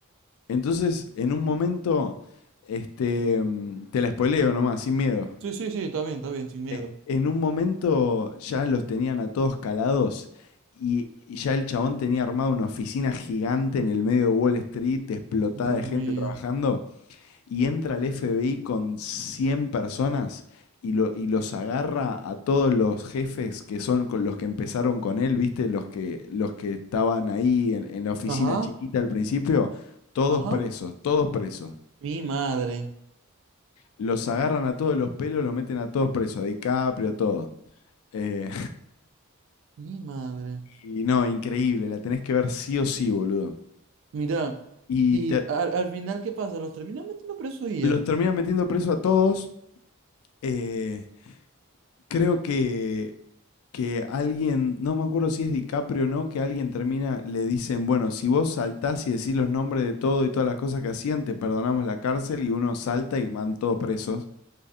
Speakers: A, on the left; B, on the right.
A: entonces, en un momento, este, mm, te la spoileo nomás, sin miedo.
B: Sí, sí, sí, está bien, está bien, sin miedo.
A: eh, en un momento ya los tenían a todos calados y, y ya el chabón tenía armado una oficina gigante en el medio de Wall Street, explotada
B: Dios
A: de gente
B: mío.
A: trabajando, y entra el FBI con 100 personas y, lo- y los agarra a todos los jefes que son con los que empezaron con él, ¿viste? Los que, los que estaban ahí en, en la oficina
B: Ajá.
A: chiquita al principio, todos
B: Ajá.
A: presos, todos presos.
B: Mi madre,
A: Los agarran a todos los pelos, los meten a todos presos, a DiCaprio, a todos. Eh,
B: mi madre.
A: Y no, increíble, la tenés que ver sí o sí, boludo.
B: Mira,
A: Y
B: y
A: te-
B: al, al final, ¿qué pasa? Los terminan metiendo preso y
A: los
B: ya.
A: terminan metiendo preso a todos. eh, creo que, que alguien, no me acuerdo si es DiCaprio o no, que alguien termina, le dicen, bueno, si vos saltás y decís los nombres de todo y todas las cosas que hacían, te perdonamos la cárcel y uno salta y van todos presos.